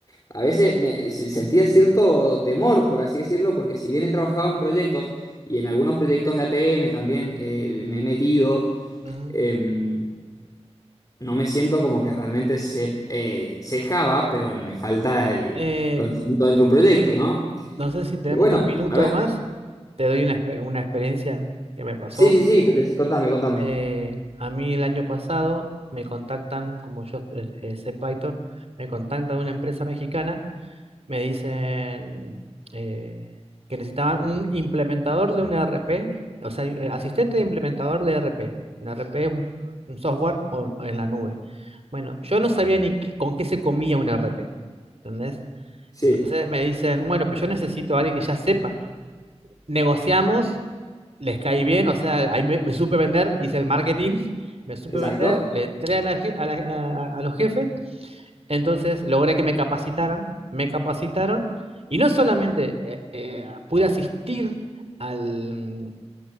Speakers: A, on the left (about 35°); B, on the right (about 65°).
A: a veces me se- sentía cierto temor, por así decirlo, porque si bien he trabajado en proyectos y en algunos proyectos de ATM también eh, me he metido,
B: Ujú.
A: em, no me siento como que realmente sé, eh, sé Java, pero me falta el
B: Eh,
A: conocimiento dentro de un proyecto, ¿no?
B: No sé si tenemos
A: Pero bueno,
B: un minuto
A: a ver,
B: o más. Te doy una, exper- una experiencia que me pasó.
A: sí, sí, sí, contame, contame.
B: Eh, a mí el año pasado me contactan, como yo eh, eh, sé Python, me contactan de una empresa mexicana, me dicen eh, que necesitaban un implementador de un ERP, o sea, eh, asistente de implementador de ERP. Un ERP es un, un software o- en la nube. Bueno, yo no sabía ni qué- con qué se comía un ERP, ¿entendés?
A: Sí,
B: Entonces me dicen, bueno, pero yo necesito a alguien que ya sepa negociamos, les caí bien, o sea, ahí me, me supe vender, hice el marketing, <laughs> me supe
A: exacto.
B: vender, le entré a, la je- a la- a- a los jefes, entonces logré que me capacitaran, me capacitaron y no solamente eh, eh, pude asistir al,